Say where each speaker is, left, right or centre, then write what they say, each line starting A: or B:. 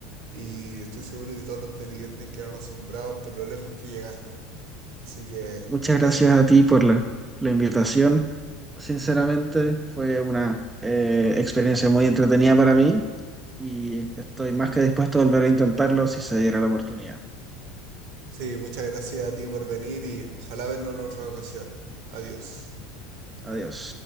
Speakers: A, on the right; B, on the right.
A: Y estoy seguro que todos los televidentes quedaron asombrados por lo lejos que llegaste. Así que,
B: Muchas
A: gracias.
B: gracias a ti por la, la invitación. Sinceramente, fue una eh, experiencia muy entretenida para mí y estoy más que dispuesto a volver a intentarlo si se diera la oportunidad.
A: Sí, muchas gracias a ti por venir y ojalá vernos en otra ocasión. Adiós.
B: Adiós.